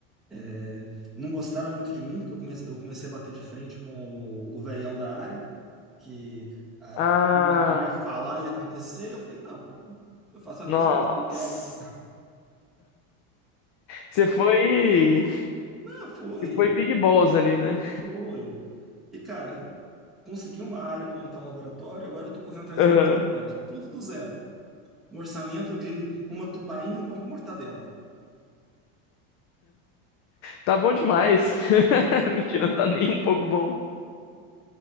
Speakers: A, in the centre; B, on the left.
A: é, não gostaram muito de mim, porque eu comecei, eu comecei a bater de frente com o, o velhão da área. que ah,
B: Ah,
A: queria, queria falar e acontecer. E eu falei, não, eu faço a
B: nossa.
A: coisa do jeito que eu quero.
B: Você foi,
A: Ah, foi,
B: você foi Big boss ali, né?
A: foi. E, cara, consegui uma área para montar um laboratório, agora eu tô correndo atrás
B: Aham.
A: do financiamento. Tudo do zero. No orçamento de uma tubaína e um pão com mortadela.
B: Tá bom demais. <laughs> Mentira, não tá nem um pouco bom.